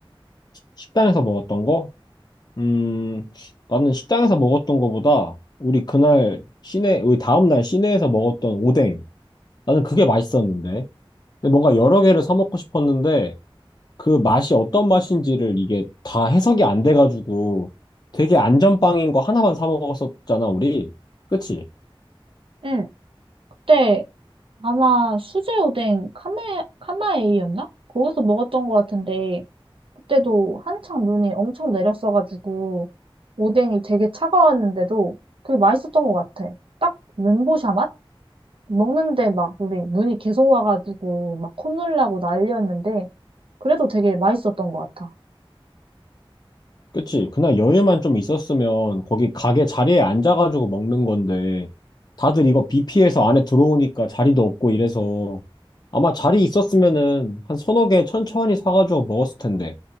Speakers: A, on the left; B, on the right.
A: 식당에서 먹었던 거? 음 나는 식당에서 먹었던 거보다 우리 그날 시내 우리 다음 날 시내에서 먹었던 오뎅 나는 그게 맛있었는데 근데 뭔가 여러 개를 사 먹고 싶었는데 그 맛이 어떤 맛인지를 이게 다 해석이 안 돼가지고 되게 안전빵인 거 하나만 사 먹었었잖아 우리. 그치?
B: 응, 그때 아마 수제 오뎅 카메, 카마에이였나? 거기서 먹었던 것 같은데 그때도 한창 눈이 엄청 내렸어가지고 오뎅이 되게 차가웠는데도 그게 맛있었던 것 같아. 딱 멘보샤 맛? 먹는데 막 우리 눈이 계속 와가지고 막 콧물 나고 난리였는데 그래도 되게 맛있었던 것 같아.
A: 그치. 그날 여유만 좀 있었으면 거기 가게 자리에 앉아가지고 먹는 건데 다들 이거 비 피해서 안에 들어오니까 자리도 없고 이래서 아마 자리 있었으면은 한 서너 개 천천히 사가지고 먹었을 텐데